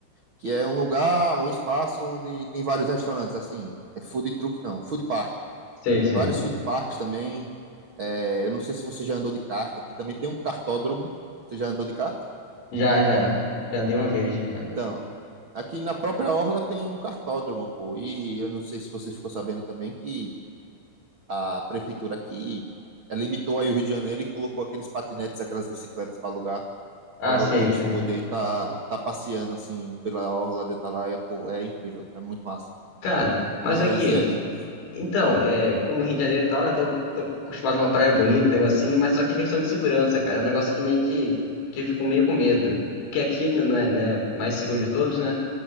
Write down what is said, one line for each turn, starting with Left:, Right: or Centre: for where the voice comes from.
Right: Que é um lugar, um espaço onde tem vários restaurantes, assim, é food truck não, food park.
Left: Sei, sei.
Right: Vários food parks também. É, eu não sei se você já andou de kart, aqui também tem um kartódromo. Você já andou de kart?
Left: Já, já. Já dei uma vez. mas-
Right: Então, aqui na própria orla tem um kartódromo, pô. E eu não sei se você ficou sabendo também que a prefeitura aqui eh, limitou aí o Rio de Janeiro e colocou aqueles patinetes, aquelas bicicletas para alugar
Left: Ah,
Right: para
Left: sei,
Right: o turista
Left: sei.
Right: poder estar tá, tá passeando assim pela orla de Atalaia, pô, é incrível, é muito massa.
Left: Cara, mas
Right: Mas
Left: aqui,
Right: e aí,
Left: então, é, como Rio de Janeiro e tal, né? Tô, tô acostumado com uma praia bonita, negocinho, mas só que é questão de segurança, cara. É um negócio que meio que, que eu fico meio com medo. Que aqui não é, né, mais seguro de todos, né?